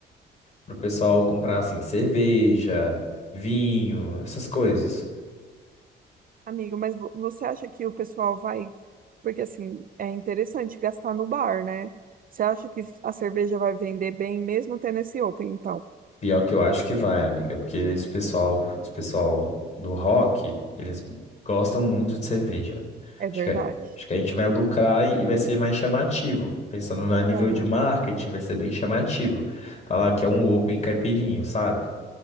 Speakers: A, on the left (about 35°); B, on the right (about 45°).
A: para o pessoal comprar assim, cerveja, vinho, essas coisas.
B: Amigo, mas vo- você acha que o pessoal vai. Porque assim, é interessante gastar no bar, né? Você acha que a cerveja vai vender bem mesmo tendo esse open? Então,
A: Pior que eu acho que vai, amiga, porque esse pessoal, esse pessoal do rock, eles gostam muito de cerveja.
B: é
A: Acho
B: verdade.
A: que, acho que a gente vai lucrar e e vai ser mais chamativo. Pensando no nível
B: É.
A: de marketing, vai ser bem chamativo. Falar que é um open caipirinho, sabe?